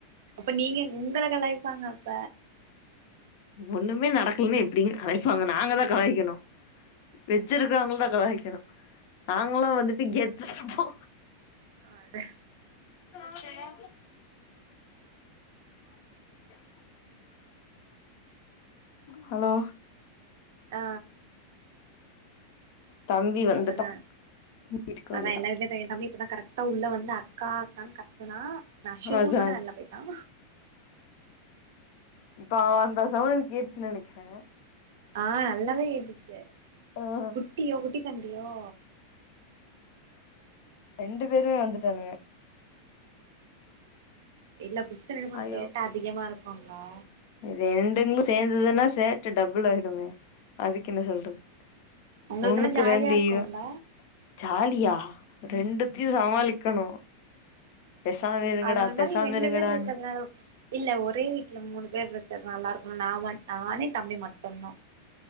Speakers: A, on the right; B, on the left.
A: அப்ப நீங்க உங்கள கலாய்ப்பாங்க அப்ப
B: ஒன்னுமே நடக்கலன்னு எப்படிங்க கலாய்ப்பாங்க நாங்கதான் கலாய்கணும் வெச்சிருக்கரவங்கள தான் கலாய் க்கணும் நாங்களாம் வந்துட்டு கெத் ரெஸ்ட் ரூம் போ
A: அதான்
B: அட்சயா <inaudible>
A: ம்
B: ஹலோ
A: ஆ
B: தம்பி வந்துட்டா
A: சொல்லுங்க
B: வீட்டுக்கு
A: அதான்
B: வந்துட்டா
A: எல்லா <unintelligible> தம்பி இப்பதான் கரெக்ட்டா உள்ள வந்து அக்கா அக்கான்னு கத் துன்னா நான் ஷூனோனே
B: அதா
A: வெள்ள போயிட்டான்
B: இப்ப அவ அந்த சவுண்டு கேட்டுச்சுன்னு நெனைக்குறேன்
A: ஆ நல்லாவே கேட்டுச்சு
B: ஆ
A: குட்டியோ குட்டி தண்டியோ
B: ரெண்டு பேருமே வந்துட்டானுங்க
A: இல்ல பு <unintelligible> கொஞ்
B: ஐயோ
A: சேத்தா அதிகமா இருக்குங்களா
B: ரெண்டுங்களு சேந்ததுன்னா சேட்ட டபுள் ஆயிடுமே அதுக்கு என்ன சொல்றது
A: உங்களுக்கு
B: ஒண்ணுக்கு
A: என்ன ஜாலியா
B: ரெண்டு
A: இருக்கும்ல
B: ஈவன் ஜாலியா ரெண்டுத்தையு சமாளிக்கணு பேசாம இருங்கடா
A: அது ஒரு மாரி
B: பேசாம
A: ரெண்டு
B: இருங்கடான்னு
A: பேர் இருக்குறதுனால இல்ல ஒரே வீட்ல மூணு பேர் இருக்கறது நல்லாருக் கு நா மட் நானு எ தம்பி மட்டுந்தா